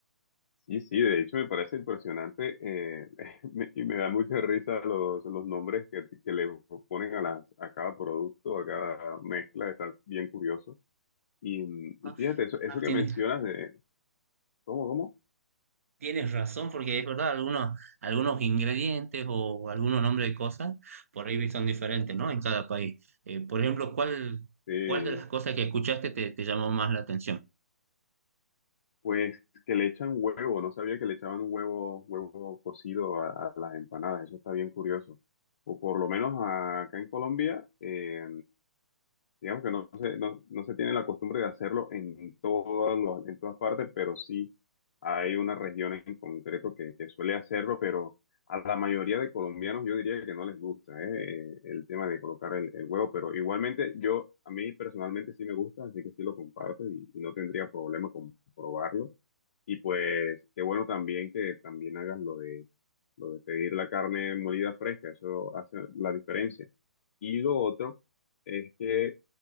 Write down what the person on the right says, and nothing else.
Ah,
ah,
tienes,
tienes razón, porque es verdad, algunos, algunos ingredientes o algunos nombres de cosas por ahí son diferentes, ¿no? En cada país. Eh, por ejemplo, ¿cuál,
cuál de las cosas que escuchaste te, te llamó más la atención?